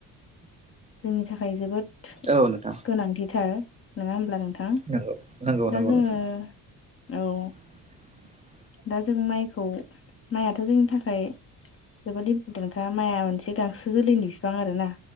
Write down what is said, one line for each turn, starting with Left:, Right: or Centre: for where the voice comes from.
Left: जोंनि थाखाय जोबोद
Right: औ नोंथां
Left: गोनांथिथार नङा होमब्ला नों थां
Right: नंगौ नंगौ नंगौ
Left: दा
Right: नोंथां
Left: जोङो औ।
Right: <inaudible>
Left: दा जों माइखौ माइयाथ' जोंनि थाखाय जोबोद इम्परटेन्टखा माइआ मोनसे गांसो जोलैनि बिफां आरोना।